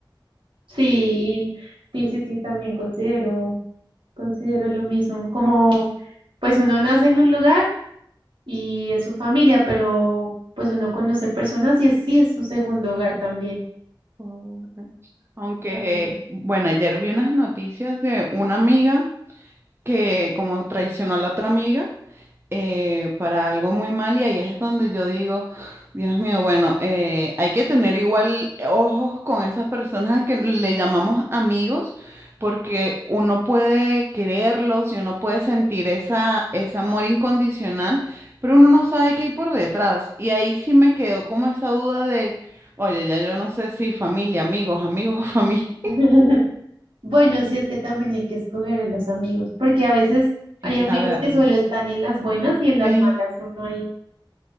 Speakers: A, on the right; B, on the right.
A: Sí, sí, sí, sí, también considero, considero lo mismo, como pues uno nace en un lugar y es su familia, pero pues uno conoce personas y es, sí es su segundo hogar también.
B: Correcto. Aunque,
A: Amigo.
B: eh, bueno, ayer vi unas noticias de una amiga que como traicionó a la otra amiga eh, para algo muy mal y ahí es donde yo digo, Dios mío, bueno, eh, hay que tener igual ojos con esas personas que le llamamos amigos, porque uno puede quererlos y uno puede sentir esa, ese amor incondicional, pero uno no sabe qué hay por detrás. Y ahí sí me quedó como esa duda de, oye, ya yo no sé si familia, amigos, amigos, <laughs> familia,
A: <laughs> Bueno, sí es que también hay que escoger a los amigos, porque a veces
B: sí
A: hay amigos
B: saberlos.
A: que solo están en las buenas y en las
B: Eh,
A: malas uno ahí.